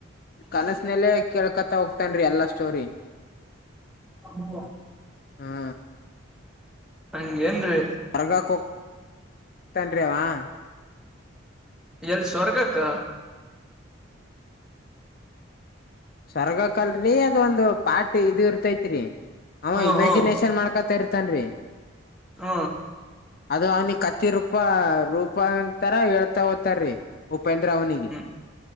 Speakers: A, on the left; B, in the centre.
A: ಕನಸನೆಲ್ಲ ಕೇಳ್ಕತ ಹೋಗ್ತನ್ೀ ಎಲ್ಲಾ ಸ್ಟೋರಿ
B: ಹ್ಮ <inaudible>
A: ಹಾ
B: ನಂಗಗೆ ಏನ್ರೀ
A: ಹೊರಗಕ ತನ್್ರವಾ <inaudible>
B: ಎಲ್ಲಿ ಸ್ವರ್ಗಕ್ಕ
A: ಸ್ವರ್ಗಕಲ್ರಿ ಅದ ಒಂದು ಪಾಟ್ ಇದು ಇರ್ತೈತ್ರಿ ಅವ
B: ಹ್ಮ್
A: ಇಮ್ಯಾಜಿನೇಷನ್
B: ಹ್ಮ್
A: ಮಾಡ್ಕೊತ ಇರ್ತನ್ರಿ
B: ಹೂ
A: ಅದು ಅವ್ನಿಕ್ ಕತ್ತಿ ರೂಪ ರೂಪ ಅಂತರ ಹೇಳ್ತಾ ಹೋತಾರೀ ಉಪೇಂದ್ರ ಅವನಿಗೆ
B: ಹ್ಮ್